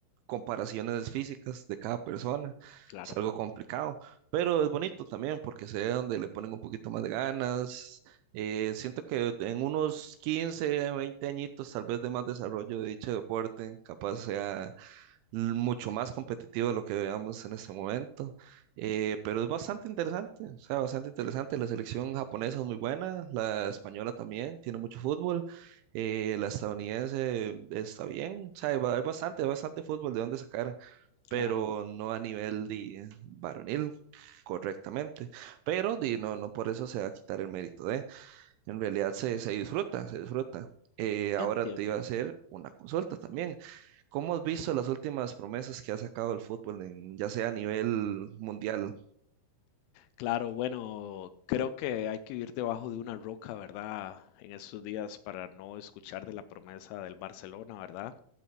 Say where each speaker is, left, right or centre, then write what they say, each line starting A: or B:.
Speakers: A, on the right; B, on the left.
A: comparaciones físicas de cada persona.
B: Claro,
A: Es algo complicado, pero es bonito también porque se ve donde le ponen un poquito más de ganas. Eh, siento que en unos 15, 20 añitos, tal vez de más desarrollo de dicho deporte, capaz sea l- mucho más competitivo de lo que veamos en este momento, eh, pero es bastante interesante, o sea, bastante interesante. La selección japonesa es muy buena, la española también, tiene mucho fútbol, eh, la estadounidense está bien, o sea, hay, ba- hay bastante, hay bastante fútbol de dónde sacar, pero
B: claro.
A: no a nivel de varonil correctamente, pero di, no, no por eso se va a quitar el mérito de, en realidad se, se disfruta, se disfruta. Eh, ahora
B: Entiendo.
A: te iba a hacer una consulta también. ¿Cómo has visto las últimas promesas que ha sacado el fútbol, en- ya sea a nivel mundial?
B: Claro, bueno, creo que hay que vivir debajo de una roca, ¿verdad? En estos días para no escuchar de la promesa del Barcelona, ¿verdad?